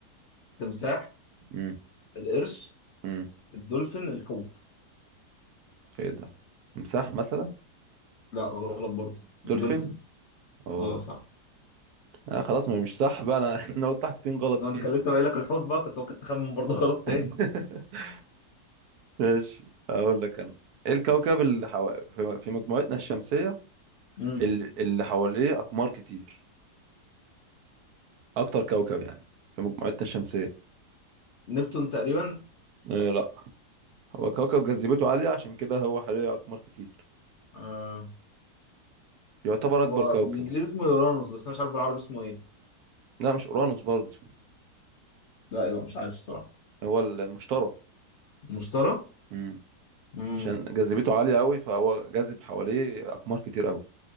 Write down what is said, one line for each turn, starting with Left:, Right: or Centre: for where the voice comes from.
Left: تمساح
Right: امم
Left: القرش
Right: امم
Left: الدولفين الحوت
Right: ايه ده تمساح مثلا
Left: لا غلط برضه
Right: دولفين
Left: الدولفين
Right: اوه
Left: اه صح
Right: آه خلاص ما هي مش صح بقى انا <laughs> انا قلت حاجتين غلط
Left: لو
Right: فيها
Left: انت كان لسه باقي لك الحوت بقى كنت ممكن تخمن برضه غلط
Right: <laughs>
Left: تاني
Right: ماشي اقول لك انا ايه الكوكب اللي حو... في في مجموعتنا الشمسية
Left: امم
Right: اللي, اللي حواليه اقمار كتير اكتر كوكب يعني في مجموعتنا الشمسية
Left: نبتون تقريبا
Right: آه لا هو كوكب جاذبيته عالية عشان كده هو حواليه اقمار كتير
Left: آه.
Right: يعتبر اكبر
Left: هو
Right: كوكب
Left: بالانجليزي اسمه يورانوس بس انا مش عارف بالعربي اسمه ايه
Right: لا مش اورانوس برضه
Left: لا ايوه مش عارف الصراحه
Right: هو المشتري
Left: المشتري
Right: مم.
Left: امم
Right: عشان جاذبيته عالية قوي فهو جاذب حواليه أقمار كتير قوي